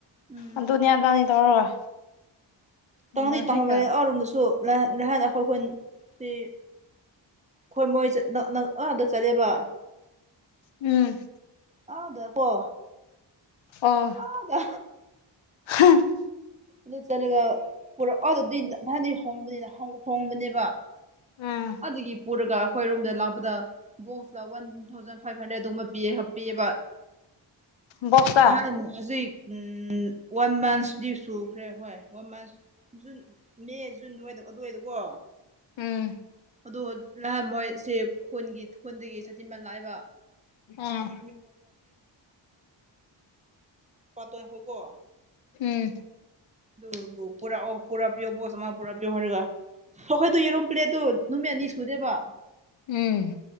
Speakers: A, on the right; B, on the left.
A: ꯎꯝ
B: ꯑꯗꯨ ꯅ‌ꯦ ꯑꯗꯥꯅ‌ꯦ ꯇꯧꯔꯒ ꯃꯃꯜ
A: ꯇꯪꯗꯩ ꯇꯧꯅꯕ
B: ꯍꯦꯛꯇ
A: ꯑꯣꯔꯣꯝꯗꯁꯨ ꯂꯥꯏ ꯂꯥꯏꯍꯥꯟ ꯑꯩꯈꯣꯏ ꯈꯨꯟ ꯁꯤ ꯑꯩꯈꯣꯏ ꯃꯣꯏ ꯆꯠ ꯅꯛ ꯅꯛ ꯑꯥꯗ ꯆꯠꯂꯦꯕ
B: ꯎꯝ
A: ꯑꯥꯎꯗ ꯀꯣ
B: ꯑꯥ
A: ꯑꯥꯗ
B: <unintelligible>
A: ꯑꯗꯨ ꯆꯠꯂꯒ ꯄꯨꯔꯛꯑꯣ ꯑꯗꯨꯗꯤ ꯅꯍꯟꯗꯤ ꯍꯣꯡꯕꯅꯤꯅ ꯍ‌ꯣꯡꯍꯣꯡꯕꯅꯦꯕ
B: ꯎꯝ
A: ꯑꯗꯨꯒꯤ ꯄꯨꯔꯒ ꯑꯩꯈꯣꯏꯔꯣꯝꯗ ꯂꯥꯛꯄꯗ ꯕꯣꯛꯁ ꯂꯧꯋꯟ ꯇꯨ ꯊꯥꯎꯖꯟ ꯐꯥꯏꯚ ꯍꯟꯗ꯭ꯔꯦꯗ ꯑꯗꯨꯨꯝꯕ ꯄꯤ ꯄꯤꯕ
B: ꯕꯣꯛꯁꯇ
A: ꯅꯍꯥꯟ ꯍꯧꯖꯤꯛ ꯎꯝ ꯋꯥꯟ ꯃꯟꯁꯗꯨꯁꯨ ꯈ꯭ꯔꯦ ꯍꯣꯏ ꯍꯣꯏ ꯃꯁ ꯖꯨꯟ ꯃꯦ ꯖꯨꯟꯍ‌ꯣꯏꯗ ꯑꯗꯨꯋꯥꯏꯗꯀꯣ
B: ꯎꯝ
A: ꯑꯗꯣ ꯂꯥꯍꯟ ꯃꯣꯏꯁꯦ ꯈꯨꯟꯒꯤ ꯈꯨꯟꯗꯒꯤ ꯁꯇꯤꯃꯜ ꯂꯥꯛꯑꯦꯕ
B: ꯑꯥ
A: <inaudible> ꯑꯩꯈꯣꯏꯀꯣ
B: ꯎꯝ
A: ꯗꯨꯕꯨ ꯄꯨꯔꯛꯑꯣ ꯄꯨꯔꯛꯄꯤꯌꯣ ꯕꯛꯣꯁ ꯑꯃꯥ ꯄꯨꯔꯛꯄꯤꯌ‌ꯣ ꯍꯥꯏꯔꯒꯥ ꯍ‌ꯣꯍ‌ꯣ ꯗꯨ ꯌꯦꯔꯨꯝ ꯄ꯭ꯂꯦꯗꯣ ꯅꯨꯃꯤꯠ ꯑꯅꯤ ꯁꯨꯗꯦꯕ
B: ꯎꯝ